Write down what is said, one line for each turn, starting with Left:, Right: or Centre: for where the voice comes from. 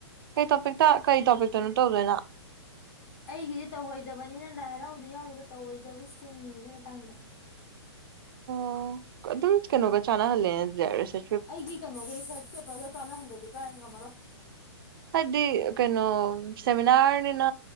Right: ꯀꯩ ꯇꯣꯄꯤꯛꯇ ꯀꯩ ꯇꯣꯄꯤꯛꯇꯅꯣ ꯇꯧꯗꯣꯏꯅ
Left: ꯑꯩꯒꯤꯗꯤ ꯇꯧꯍꯩꯗꯕꯅꯤꯅ ꯂꯥꯏ ꯍꯔꯥꯎꯗ ꯌꯥꯎꯔꯤꯕ ꯇꯧꯍꯩꯗꯕꯁꯤꯡꯒꯤꯗꯨ ꯃꯇꯥꯡꯗ
Right: ꯑꯣ ꯑꯗꯨꯝ ꯀꯩꯅꯣꯒ ꯆꯥꯟꯅꯍꯜꯂꯦꯅꯔꯁꯦ
Left: ꯑꯩꯒꯤ ꯀꯩꯅꯣꯒꯤ ꯔꯤꯁ꯭ꯔꯁ ꯄꯦꯄꯔ ꯆꯥꯟꯅꯍꯟꯗꯕꯗꯤ ꯀꯥꯏ ꯉꯝꯃꯔꯣꯏ
Right: ꯍꯥꯏꯕꯗꯤ ꯀꯩꯅꯣ ꯁꯦꯃꯤꯅꯥꯔꯅꯤꯅ